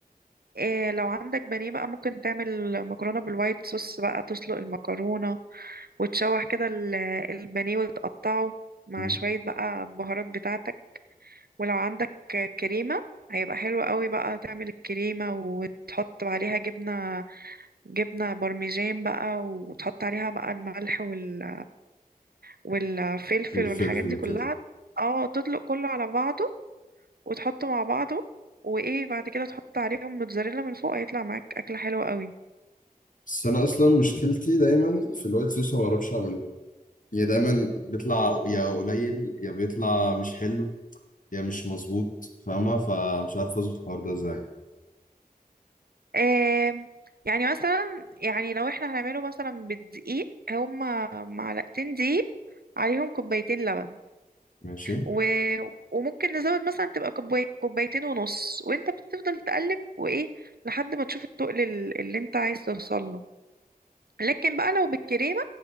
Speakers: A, on the right; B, on the left.
A: إيه لو عندك بانيه بقى ممكن تعمل مكرونة بالوايت صوص بقى تسلق المكرونة وتشوح كده ال- البانيه وتقطعه مع
B: مم.
A: شوية بقى البهارات بتاعتك ولو عندك كريمة هيبقى حلو قوي بقى تعمل الكريمة وتحط عليها جبنة جبنة بارميجان بقى وتحط عليها بقى الملح وال... والفلفل
B: والفلفل
A: والحاجات دي
B: وكده
A: كلها اه تطلق كله على بعضه وتحطه مع بعضه وايه بعد كده تحط عليهم موتزاريلا من فوق هيطلع معاك أكلة حلوة قوي
B: بس أنا أصلا مشكلتي دايما في الوايت صوص ما بعرفش أعمله يعني دايما بيطلع يا قليل يا بيطلع مش حلو يا مش مظبوط فاهمة فمش عارف أظبط الحوار ده إزاي
A: آم، يعني مثلا يعني لو احنا هنعمله مثلا بالدقيق هما معلقتين دقيق عليهم كوبايتين لبن
B: ماشي
A: و... وممكن نزود مثلا تبقى كوباي... كوبايتين ونص وانت بتفضل تقلب وايه لحد ما تشوف التقل ال- اللي انت عايز توصل له لكن بقى لو بالكريمة